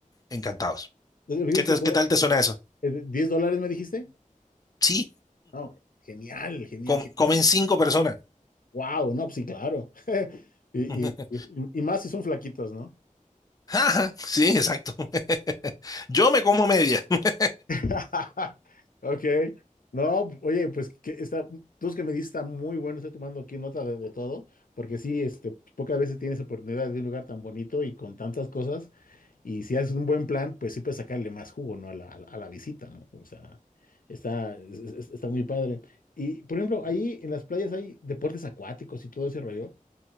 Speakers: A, on the left (about 25°); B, on the left (about 90°).
A: encantados.
B: Entonces, ¿dices
A: ¿Qué te-
B: que como,
A: qué tal te suena eso?
B: eh, ¿10 dólares me dijiste?
A: Sí,
B: No, genial, genial,
A: com-
B: genial.
A: comen cinco personas.
B: Wow, no, pues sí, claro. <laughs>
A: <laughs>
B: Y, y, y, y más si son flaquitos, ¿no?
A: Ajá, Sí, exacto. <laughs> Yo me como media. <laughs>
B: <laughs> Ok. No, oye, pues que está, tú que me diste está muy bueno, estoy tomando aquí nota de, de todo, porque sí, este, pocas veces tienes oportunidad de ir a un lugar tan bonito y con tantas cosas, y si haces un buen plan, pues sí puedes sacarle más jugo, ¿no? A la, a la, a la visita, ¿no? O sea, está, es- es- está muy padre. Y, por ejemplo, ahí en las playas hay deportes acuáticos y todo ese rollo.